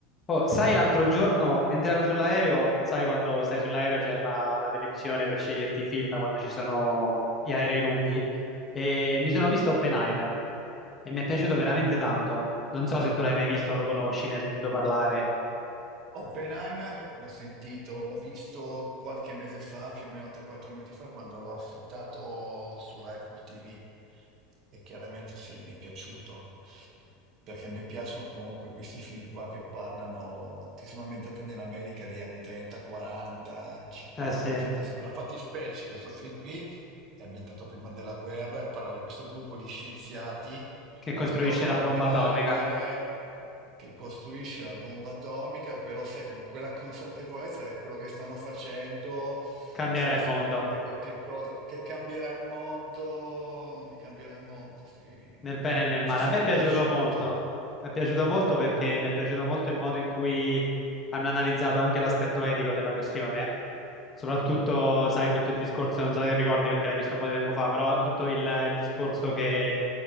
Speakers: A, on the left; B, on the right.
A: Oh, sai, l'altro giorno, mentre ero sull'aereo, sai quando stai sull'aereo c'è la, la televisione per sceglierti i film quando ci sono gli aerei lunghi? E mi sono visto Oppenheimer e mi è piaciuto veramente tanto. Non so se tu l'hai mai visto, lo conosci, ne hai sentito parlare.
B: Oppenheimer l'ho sentito, l'ho visto qualche mese fa, più o meno 3-4 mesi fa, quando l'ho affittato sulla Apple TV e chiaramente sì, mi è piaciuto, perché mi piacciono comunque questi film qua che parlano, che sono ambientati nell'America degli anni 30, 40, 50,
A: Eh sì,
B: 60, 60. Una fattispecie, questo film qui è ambientato prima della guerra e parla di questo gruppo di scienziati
A: che costruisce
B: attorno
A: la
B: ad Oppenheimer
A: bomba atomica.
B: eh, che costruisce la bomba atomica, però sai, con quella consapevolezza che quello che stanno facendo
A: Cambierà
B: sarà
A: il
B: sicuramente
A: mondo.
B: qualche cosa che cambierà il mondo, che cambierà il mondo, sì.
A: nel bene e nel
B: Sì,
A: male.
B: sì,
A: A me
B: mi
A: è piaciuto
B: è piaciuto.
A: molto, mi è piaciuto molto perché mi è piaciuto molto il modo in cui hanno analizzato anche l'aspetto etico della questione, soprattutto, sai, tutto il discorso, non so se ricordi perché l'hai visto un po' di tempo fa, però tutto il, il discorso che,